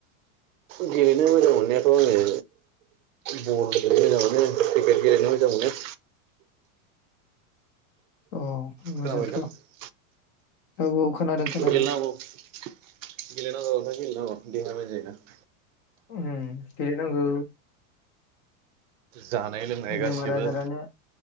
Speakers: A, on the right; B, on the left.
A: गेलेनो मोजां मोननायाथ' आङो बल गेलेनो मोजां मोनो क्रिकेट गेलेनो मोजां मोनो।
B: औ मोजांथ'
A: खोनाबाय नोंथां
B: औ औ खोनादों खोनादों
A: गेलेनांगौ गेलेनांगौ ओमफ्राय गेलेनांगौ।
B: उम गेलेनांगौ
A: जानाय लोंनाय गासिबो
B: बेमार आजारानो